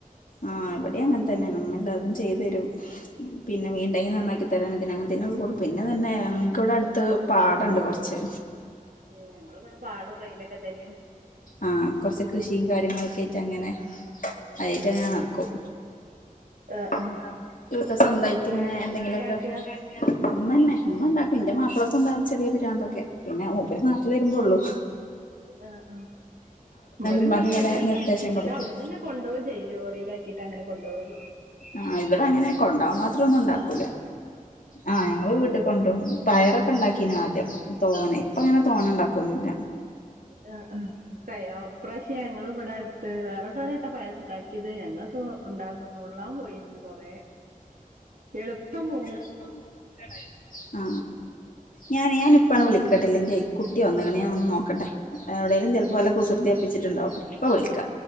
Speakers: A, on the left; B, on the right.
A: ആഹ് ഇവട്യിം അങ്ങൻതന്നേണ്. ഇമ്മ എല്ലാതും ചെയ്തരും. പിന്നെ മീണ്ടെങ്കി നന്നാക്കി തരാനും തിനും അങ്ങൻത്തേനൊക്കെ കൂടും. പിന്നെതന്നെ ഞങ്ങക്ക് ഇവിടെ അടുത്ത് പാടണ്ട് കൊർച്ച്
B: ഏഹ് ങ്ങള് ഇവടെ പാടും റയിലൊക്കെ തന്ന്യാ.
A: ആഹ് കൊറച്ച് കൃഷിയും കാര്യങ്ങളൊക്കെ ആയിട്ട് അങ്ങനെ അതായിട്ട
B: ആഹ്
A: അങ്ങനെ നടക്കും.
B: ആഹ്
A: <unintelligible>
B: ആഹ്
A: സ്വന്തായിട്ട് ഇങ്ങനെ
B: ആരാ കൃഷി
A: എന്തെങ്കിലൊക്കെ.
B: ഉണ്ടാക്കുക
A: ഇമ്മന്നെ ഇമ്മ ഉണ്ടാക്കും. ഇന്റെ മാപ്പ്ളക്കും ഉണ്ടാവും ചെറിയ പിരാന്തൊക്കെ. പിന്നെ മൂപ്പര് നാട്ടിൽ വരുമ്പോള്ളു.
B: ആഹ് അഹ് ഇവടിം
A: ഉമ്മാക്ക്
B: തന്നെ
A: ഇങ്ങനെ
B: ഞങ്ങൾ ഇണ്ടാക്കും.
A: നിർദ്ദേശം
B: ഇന്നട്ട്
A: കൊടുക്കും
B: അവിട്ന്നന്നെ കൊണ്ടോവും ചെയ്യും ലോറിയിലാക്കിയിട്ട് അങ്ങനെ കൊണ്ടോവും.
A: ആഹ് ഇവിടെ അങ്ങനെ കൊണ്ടാവാൻ മാത്ര ഒന്നും ഉണ്ടാക്കൂല.
B: കൊണ്ടു ചെയ്യാ
A: ആഹ് ഞങ്ങള് വീട്ട്ക് കൊണ്ട്രും. പയറൊക്കെ ഇണ്ടാക്കീനു ആദ്യം. തോനെ ഇപ്പം അങ്ങനെ തോനെ ഉണ്ടാക്കൊന്നില്ല.
B: ആഹ് ആഹ് കയാ ഇപ്രാവശ്യ ഞങ്ങൾ ഇവടെട്ത്ത് വേറെള്ളോരാട്ടാ പയർണ്ടാക്കിയത് ഞങ്ങളൊക്കെ ഉണ്ടാക്കാൻ നുള്ളാൻ പോയിര്ന്ന്. കൊറേ എളുപ്പം മൂ
A: <unintelligible> ആ ഞാൻ ഞാന ഇപ്പാണ് വിളിക്കട്ടില്ലെന്റെറെ കുട്ടി ഒണന്ന് ഞാൻ ഒന്ന് നോക്കട്ടെ എവടേലും ചെലപ്പോ
B: ആഹ്
A: വല്ല
B: ആഹ്
A: കുസൃതിയും ഒപ്പിച്ചിട്ടുണ്ടാവും. ഇപ്പൊ വിളിക്കാ